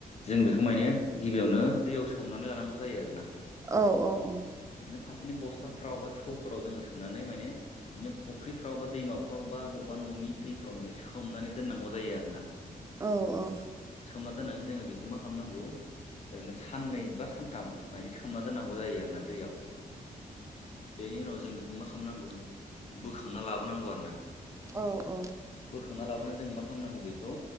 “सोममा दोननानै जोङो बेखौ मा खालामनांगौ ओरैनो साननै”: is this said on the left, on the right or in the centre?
Left